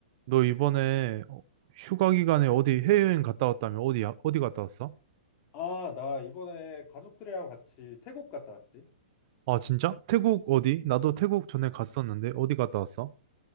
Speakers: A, on the right; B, on the left.
A: 너 이번에 어, 휴가 기간에 어디 해외여행 갔다 왔다며? 어디야? 어디 갔다 왔어?
B: 아, 나 이번에 가족들이랑 같이 태국 갔다 왔지.
A: 아, 진짜? 태국 어디? 나도 태국 전에 갔었는데 어디 갔다 왔어?